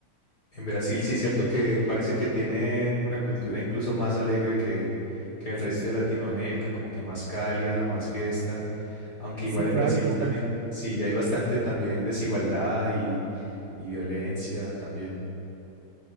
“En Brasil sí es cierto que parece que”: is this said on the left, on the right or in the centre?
Left